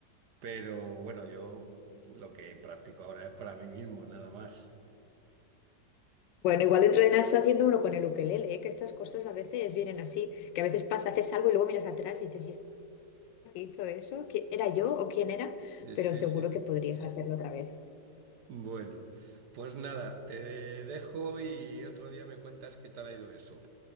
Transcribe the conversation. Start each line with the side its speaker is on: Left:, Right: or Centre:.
Right: Pero bueno, yo lo que practico ahora es para mí mismo, nada más.
Left: Bueno, igual dentro de nada está haciendo uno con el ukelele, ¿eh? Que estas cosas a veces vienen así, que a veces pasa, haces algo y luego miras atrás y dices, "¿Y esta que hizo eso? ¿Qui- ¿Era yo o quién era?
Right: Eh,
Left: Pero
Right: Sí,
Left: seguro
Right: sí.
Left: que podrías hacerlo otra vez.
Right: Bueno, pues nada, te dejo y otro día me cuentas qué tal ha ido eso.